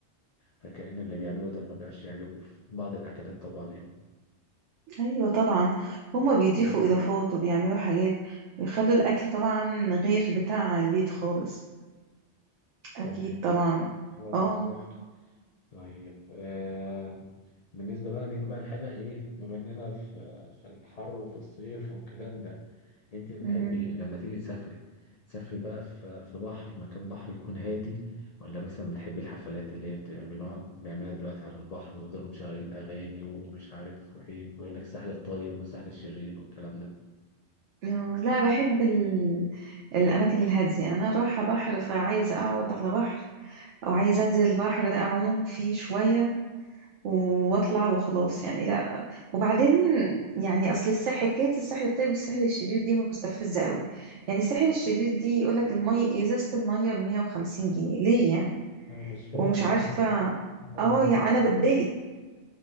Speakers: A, on the left; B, on the right.
A: فكأن اللي بيعمله ده ما بقاش يعجبه في بعض الأكلات طبعا يعني
B: ايوه طبعا هما بيضيفوا
A: مم.
B: اضافات وبيعملوا حاجات بيخلوا الاكل طبعا غير بتاع البيت خالص اكيد
A: تمام
B: طبعا
A: هو
B: اه
A: بالظبط طيب آم، بالنسبة بقى نيجي بقى لحاجة إيه بما إننا في في الحر وفي الصيف والكلام ده أنت بتحبي
B: مهم.
A: لما تيجي تسافري تسافري بقى في في بحر مكان بحر يكون هادي ولا مثلا بتحبي الحفلات اللي هي بتعملوها بيعملها دلوقتي على البحر ويفضلوا مشغلين أغاني ومش عارف إيه ويقول لك الساحل الطيب والساحل الشرير والكلام ده
B: آه، لا بحب ال... الأماكن الهادية أنا رايحة بحر فعايزة أقعد على بحر أو عايزة أنزل البحر ده أعوم فيه شوية و- وأطلع وخلاص يعني لا وبعدين يعني أصل الساحل حكاية الساحل الطيب والساحل الشرير دي مستفزة قوي يعني الساحل الشرير دي يقولك المية إزازة المية بمية وخمسين جنيه ليه يعني
A: أنا مش فاهم
B: ومش
A: والله
B: عارفة
A: مية
B: اه
A: زمزم
B: يعني أنا بتضايق